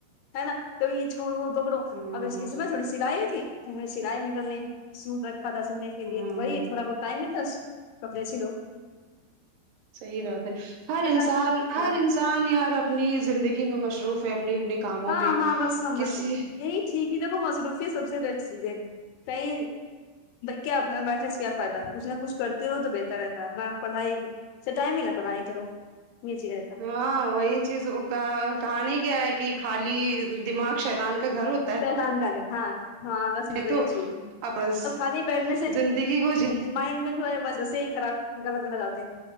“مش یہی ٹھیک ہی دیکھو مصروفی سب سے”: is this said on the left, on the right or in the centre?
Left